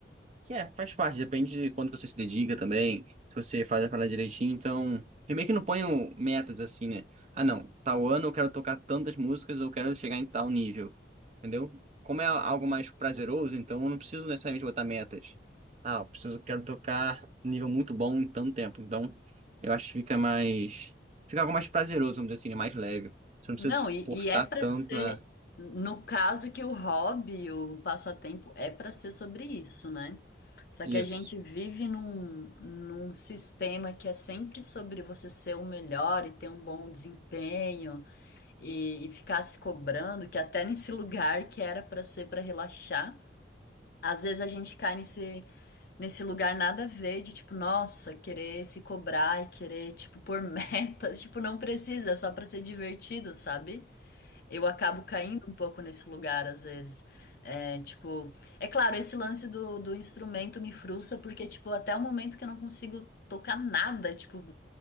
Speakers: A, on the right (about 40°); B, on the left (about 55°).
A: que é, faz parte, depende de quando você se dedica também, se você faz a parada direitinho, então. Eu meio que não ponho metas assim, né? Ah, não, tal ano eu quero tocar tantas músicas, eu quero chegar em tal nível. Entendeu? Como é algo mais prazeroso, então eu não preciso necessariamente botar metas. Ah, eu preciso, quero tocar nível muito bom em tanto tempo. Então, eu acho que fica mais. Fica algo mais prazeroso, vamos dizer assim, né? mais leve. Você não
B: Não,
A: precisa se
B: e,
A: forçar
B: e é pra
A: tanto
B: ser,
A: a
B: no caso que o hobby, o passatempo, é pra ser sobre isso, né? Só
A: isso.
B: que a gente vive num, num sistema que é sempre sobre você ser o melhor e ter um bom desempenho e, e ficar se cobrando, que até nesse <laughs> lugar que era pra ser pra relaxar, às vezes a gente cai nesse, nesse lugar nada a ver de tipo, nossa, querer se cobrar e querer, tipo, pôr <laughs> metas, tipo, não precisa, é só pra ser divertido, sabe? Eu acabo caindo um pouco nesse lugar, às vezes. É, tipo, é claro, esse lance do, do instrumento me frustra, porque, tipo, até o momento que eu não consigo tocar nada, tipo,